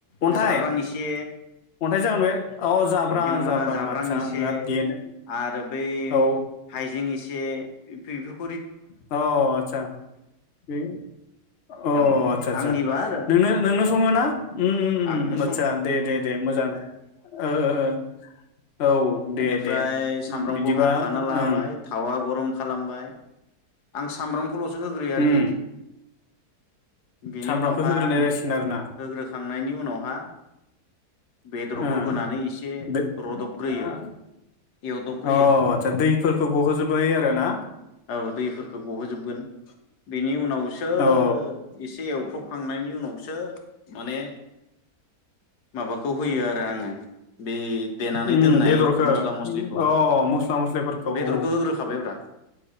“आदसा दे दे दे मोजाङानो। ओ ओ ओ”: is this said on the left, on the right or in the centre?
Left